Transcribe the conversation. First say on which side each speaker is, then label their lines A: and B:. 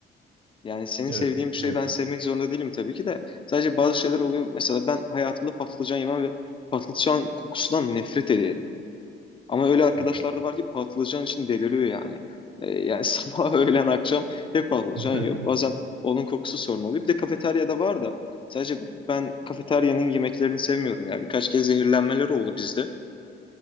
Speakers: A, on the left; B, on the right.
A: Yani senin
B: Evet,
A: sevdiğin bir şeyi
B: evet.
A: ben sevmek zorunda değilim tabii ki de sadece bazı şeyler oluyor. Mesela ben hayatımda patlıcan yemem ve patlıcan kokusundan nefret ederim. Ama öyle arkadaşlar
B: O.
A: da var ki patlıcan için deliriyor yani. E, yani <laughs> sabah, öğlen, akşam hep patlıcan
B: <laughs>
A: yiyor. Bazen onun kokusu sorun oluyor. Bir de kafeteryada var da sadece ben kafeteryanın yemeklerini sevmiyorum ya. Birkaç kez zehirlenmeler oldu bizde.